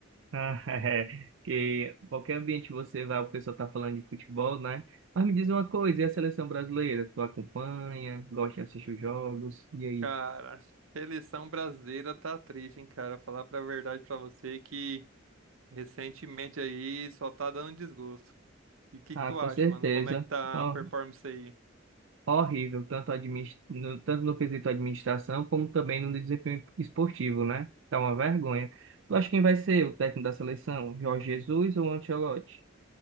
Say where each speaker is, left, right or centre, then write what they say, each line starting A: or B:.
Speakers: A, on the right; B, on the right.
A: Ah, <laughs> é, que qualquer ambiente que você vai, o pessoal tá falando de futebol, né? Mas me diz uma coisa, e a seleção brasileira? Tu acompanha, gosta de assistir os jogos? E aí?
B: Cara, seleção brasileira tá triste, hein, cara? Falar pra verdade pra você que. Recentemente aí só tá dando desgosto. E o que
A: Ah,
B: que tu
A: com
B: acha,
A: certeza.
B: mano? Como é que tá
A: Ó,
B: a performance aí?
A: horrível, tanto, adminis- no, tanto no quesito administração, como também no desempenho esportivo, né? Tá uma vergonha. Tu acha quem vai ser o técnico da seleção? Jorge Jesus ou Ancelotti?